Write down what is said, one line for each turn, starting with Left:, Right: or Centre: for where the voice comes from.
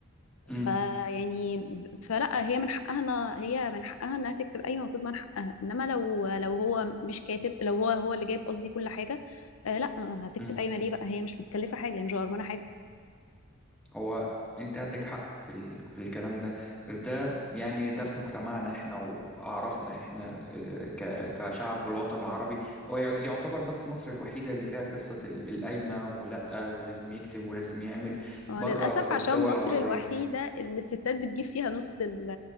Centre: امم
Left: فيعني فلا هي من حقها إنها- هي من حقها انها تكتب قايمه وتضمن حقها انما لو لو هو مش كاتب لو هو هو اللي جايب قصدي كل حاجه آه، لا هتكتب
Centre: امم
Left: قايمه ليه بقى هي مش متكلفه حاجه هي مش غرمانه حاجه
Centre: هو انت عندك حق في ال... في الكلام ده بس ده يعني ده في مجتمعنا احنا وفي اعرافنا احنا اه، ك... كشعب بالوطن العربي هو ي- يعتبر بس مصر الوحيدة اللي فيها قصة ال... القايمة ولا ولازم يكتب ولازم يعمل
Left: هو
Centre: بره
Left: للاسف
Centre: في
Left: عشان
Centre: الدول
Left: مصر
Centre: العربية
Left: الوحيده اللي الستات بتجيب فيها نص ال-